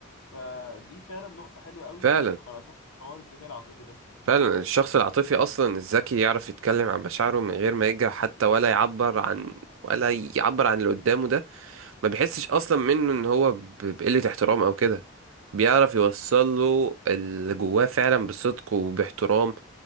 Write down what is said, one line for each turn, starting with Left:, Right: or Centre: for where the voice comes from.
Left: فدي فعلا نقطه حلوه قوي
Right: فعلا
Left: كنت قراتها في حوار الذكاء العاطفي ده
Right: فعلا الشخص العاطفي اصلا الذكي يعرف يتكلم عن مشاعره من غير ما يجرح حتى ولا يعبر عن ولا يعبر عن اللي قدامه ده ما بيحسش اصلا منه ان هو ب- بقلة احترام او كده بيعرف يوصل له اللي جواه فعلا بصدق وباحترام